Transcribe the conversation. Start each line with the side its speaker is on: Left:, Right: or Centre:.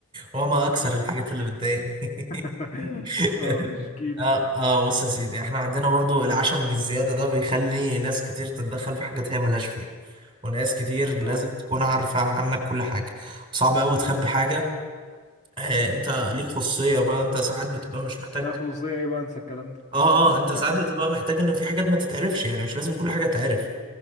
Right: هو ما اكثر الحاجات اللي بتضايقني
Left: <laughs>
Right: <laughs>
Left: اه شجين
Right: اه اه بص يا سيدي احنا عندنا برضو العشم الزياده ده بيخلي ناس كتير تتدخل في حاجات هي ملهاش فيها وناس كتير
Left: اه
Right: لازم تكون عارفه عنك كل حاجه صعب قوي تخبي حاجه آه انت ليك خصوصيه بقى انت ساعات بتبقى مش محتاج
Left: ده خصوصية ايه بقى انسى الكلام ده
Right: اه اه انت ساعات
Left: <laughs>
Right: بتبقى محتاج ان في حاجات ما تتعرفش يعني مش لازم كل حاجه تعرف